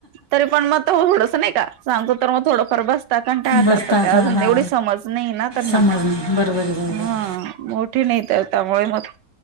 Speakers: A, on the right; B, on the left.
A: तरी पण मग सोडत नाही. सांगतो तर मग थोडंफार बसतात कंटाळा
B: बसतात
A: करतात त्या
B: हां
A: अजून
B: हां
A: एवढी समज नाही ना त्यांना.?
B: समजलं बरोबर आहे बरोबर
A: हा मोठे नाही तर त्यामुळे मग.